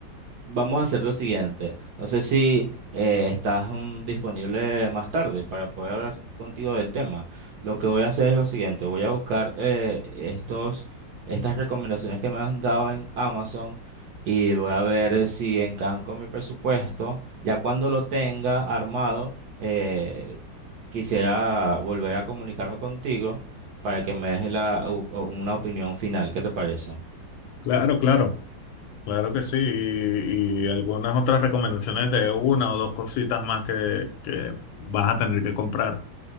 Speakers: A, on the right; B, on the left.
A: Vamos a hacer lo siguiente. No sé si eh, estás mm, disponible más tarde para poder hablar contigo del tema. Lo que voy a hacer es lo siguiente. Voy a buscar eh, estos, estas recomendaciones que me han dado en Amazon y voy a ver si encajan con mi presupuesto. Ya cuando lo tenga armado, eh, quisiera volver a comunicarme contigo para que me des la- u- una opinión final. ¿Qué te parece?
B: Claro, claro. Claro que sí, y, y algunas otras recomendaciones de una o dos cositas más que, que vas a tener que comprar,